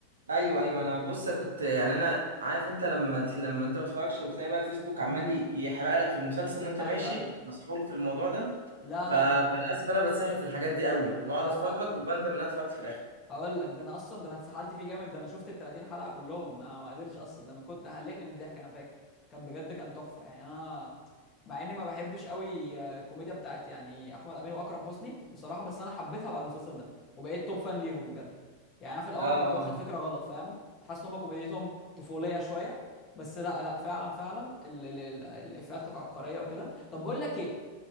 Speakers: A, on the right; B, on the left.
A: ايوه ايوه انا بص كنت يعني انا عارف انت لما ت- لما انت ما تتفرجش وتلاقي بقى الفيسبوك عمال ي- يحرق لك في المسلسل وانت
B: ايوه
A: ماشي
B: ايوه
A: مسحول في الموضوع ده
B: لا
A: ف...
B: لا
A: فللاسف
B: ده انا
A: انا بتسحل في الحاجات دي قوي وبقعد
B: لا
A: اتفرج
B: لا
A: وبندم ان انا اتفرجت في الاخر
B: هقول لك ده انا اصلا ده انا اتسحلت فيه جامد ده انا شفت ال 30 حلقه كلهم انا ما قدرتش اصلا ده من كنت ده هلكني من الضحك انا فاكر كان بجد كان تحفه يعني انا مع اني ما بحبش قوي آه، الكوميديا بتاعت يعني احمد امين واكرم حسني بصراحه بس انا حبيتها بعد المسلسل ده وبقيت توب فان ليهم بجد يعني انا في الاول
A: اه
B: كنت واخد فكره غلط فاهم كنت حاسس ان هم كوميديتهم طفوليه شويه بس لا لا فعلا فعلا ال ال ال الافيهات كانت عبقريه وكده طب بقول لك ايه